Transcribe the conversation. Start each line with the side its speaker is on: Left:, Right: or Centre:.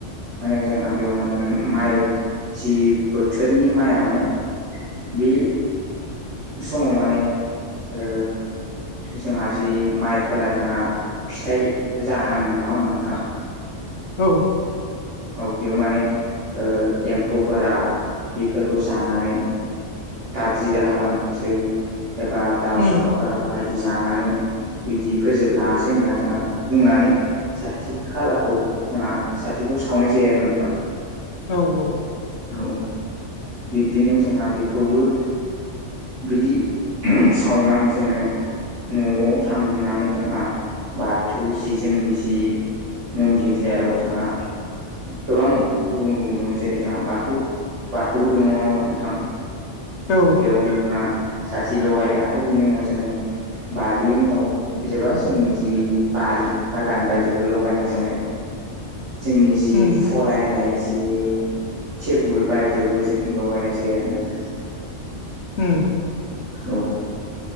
Right: माने जों बेयाव माने माइ जि बोथोरनि माइया माने बे समाव माने ओ जोंहा जि माइफोरा जोंहा फिथाइ जाहाङो नङा होमबा नोंथां?
Left: औ
Right: औ बेयाव माने ओ एम्फौफोरा बेफोरखौ जानानै दाद्रि दा खालामसै एबा दाउ
Left: उम
Right: सखाफोरा
Left: औ
Right: बायदि जानानै बिदि फोजोबलाङासै होनना जोंहा बुंनानै साथि खालाखौ जोंहा साथिखौ सावनाय जायो आरो नोंथां?
Left: औ औ
Right: औ औ बिब्दिनो जोंहा बेखौबो बिदि सावनानै जोङो न'आव थांनानै जोंहा बाथौ जि जोंनि जि मन्दिर जेराव जोंहा गोबां गुबुन गुबुन दङ जेरै जोंहा बाथौ बाथौ बाथौबो दङ नङा होनोमबा नोंथां?
Left: औ
Right: नो जोंहा साथि लगायो आरो बिनि उनाव जोङो बारि उनाव जबा जोंनि जि बारि बागान बायदिबो लगायना जोङो जोंनि जि
Left: उम
Right: फरायनाय जि टेबोल बायदियावबो जोङो लगायनाय जायो आरो नोंथां।
Left: उम
Right: औ